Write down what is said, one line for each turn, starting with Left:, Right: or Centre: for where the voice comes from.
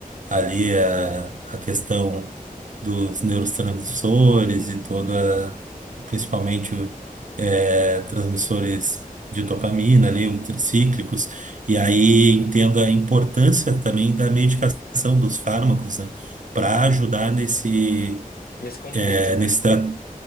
Right: ali é a, a questão dos neurotransmissores e toda, principalmente eh, transmissores de dopamina ali, os tricíclicos, e aí entendo a importância também da medicação dos fármacos, né, para ajudar nesse
Left: Nesse contexto,
Right: eh,
Left: né?
Right: nesse tratamento